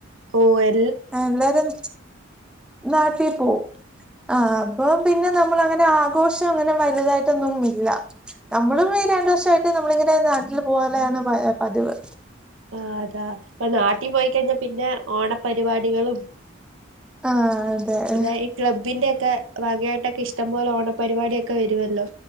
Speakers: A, on the right; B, in the centre.
A: ഓ എ
B: ആ എല്ലാരും നാട്ടിൽ പോവും ആ അപ്പൊ പിന്നെ നമ്മൾ അങ്ങനെ ആഘോഷം അങ്ങനെ വലുതായിട്ടൊന്നും ഇല്ല നമ്മളും ഈ രണ്ടു വർഷായിട്ട് നമ്മളിങ്ങനെ പിന്നെ നാട്ടിൽ പോകാലെയാണ് പ പതിവ്
A: ആ അതാ ഇപ്പ നാട്ടി പോയിക്കഴിഞ്ഞാ പിന്നെ ഓണപരിപാടികളും
B: ആ അതെ
A: അതായ ഈ ക്ലബ്ബിന്റെ ഒക്കെ ഭാഗായിട്ട് ട്ടൊക്കെ ഇഷ്ടം പോലെ ഓണപരിപാടി ഒക്കെ വരുവല്ലോ